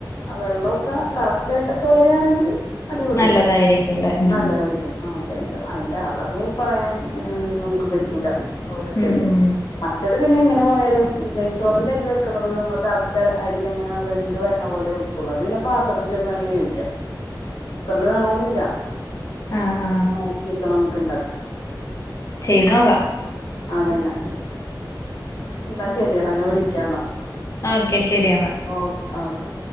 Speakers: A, on the left (about 65°); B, on the left (about 40°).
A: ആ വെള്ളോക്കെ കറക്റ്റ് ആയിട്ടൊക്കെ വരികാണെങ്കില് അടിപൊളിയായിരിക്കും
B: നല്ലതായിരിക്കുംല്ലേ ഉം
A: നല്ലതായിരിക്കും. ആ അതിന്റെ അളവ് പറയാൻ മ് നമുക്ക് പറ്റൂല. ഓരോ ഇതല്ലേ
B: ഉം ഉം
A: മറ്റത് പിന്നെ എങ്ങനെ പോയാലും നെയ്ച്ചോറിന്റെ അരി വെക്കണുന്നത് നമ്മൾ കറക്റ്റ് അരി അങ്ങനെ വെന്ത് വരണ പോലെ വെ ക്കോള് അത് പിന്നെ പാത്രത്തിലൊക്കെ വേണേ വേവിക്കാം. കുക്കറിൽ വേണോന്നില്ല.
B: ആ ആ
A: ഇങ്ങനെ നോക്കിയൊക്കെ നമ്മുക്ക് ഉണ്ടാക്കാം.
B: ചെയ്തു നോക്കാം.
A: അത് തന്നെ എന്നാ ശരിയടാ ഞാൻ വിളിക്കാം എന്നാ.
B: ആഹ് ഓക്കെ ശരിയെന്നാ.
A: ഓ ഓക്കെ.